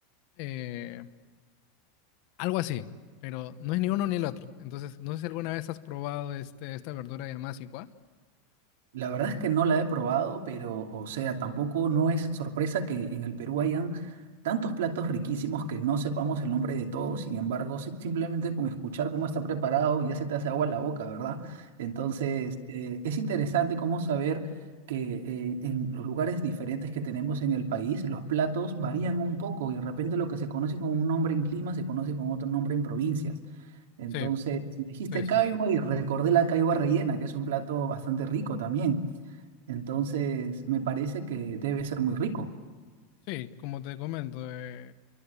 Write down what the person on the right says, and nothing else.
La verdad es que no la he probado, pero, o sea, tampoco no es sorpresa que en el Perú hayan tantos platos riquísimos que no sepamos el nombre de todos. Sin embargo, si- simplemente con escuchar cómo está preparado ya se te hace agua la boca, ¿verdad? Entonces, eh, es interesante cómo saber que eh, en los lugares diferentes que tenemos en el país, los platos varían un poco y de repente lo que se conoce con un nombre en Lima se conoce con otro nombre en provincias. Entonces,
me dijiste
caiba
y recordé la caiba rellena, que es un plato bastante rico también. Entonces, me parece que debe ser muy rico.